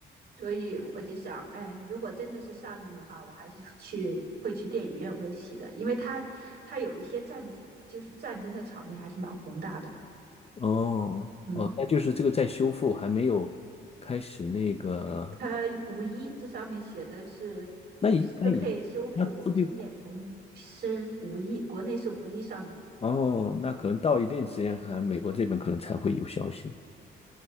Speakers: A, on the right; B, on the left.
A: 所以我就想，哎，如果真的是上映的话，我还是去会去电影院温习的，因为它它有一些战就是战争的场面还是蛮宏大的。
B: 哦哦，
A: 嗯，
B: 那就是这个在修复，还没有开始那个，
A: 它五一这上面写的是四
B: 那应该也，
A: K 修复经典重生五一，
B: 那估计
A: 国内是五一上映。
B: 哦，那可能到一定时间，还美国这边可能才会有消息。